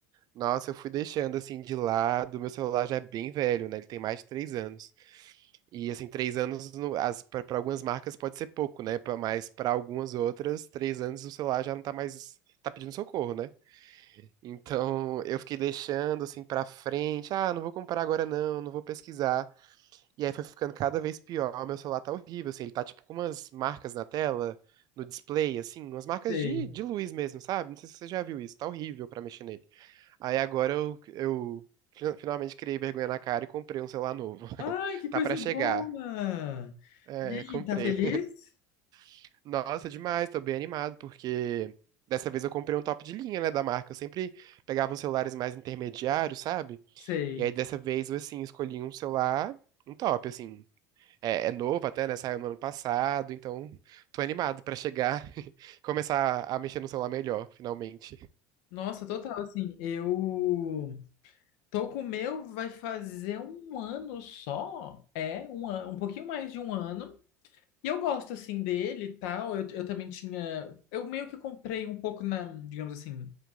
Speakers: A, on the right (about 45°); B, on the left (about 65°).
A: Nossa, eu fui deixando assim de lado. Meu celular já é bem velho, né? Ele tem mais de três anos. E assim, três anos no- as, para algumas marcas pode ser pouco, né? Pra- Mas para algumas outras, três anos o celular já não tá mais. Tá pedindo socorro, né? Então eu fiquei deixando assim pra frente. Ah, não vou comprar agora não, não vou pesquisar. E aí foi ficando cada vez pior. Meu celular tá horrível, assim. Ele tá tipo com umas marcas na tela, no display, assim, umas marcas
B: Sei.
A: de, de luz mesmo, sabe? Não sei se você já viu isso. Tá horrível pra mexer nele. Aí agora eu, eu fi- finalmente criei vergonha na cara e comprei um celular novo. <laughs>
B: Ai, que coisa
A: Tá pra chegar.
B: boa!
A: É,
B: E aí,
A: comprei.
B: tá feliz?
A: <laughs> Nossa, demais, tô bem animado, porque dessa vez eu comprei um top de linha, né, da marca. Eu sempre pegava uns celulares mais intermediários, sabe?
B: Sei.
A: E aí dessa vez eu, assim, escolhi um celular, um top, assim. É, é novo até, né? Saiu no ano passado, então tô animado pra chegar <laughs> e começar a mexer no celular melhor, finalmente.
B: Nossa, total, assim, eu tô com o meu, vai fazer um ano só, é, um, an- um pouquinho mais de um ano, e eu gosto, assim, dele e tal, eu, eu também tinha, eu meio que comprei um pouco na, digamos assim,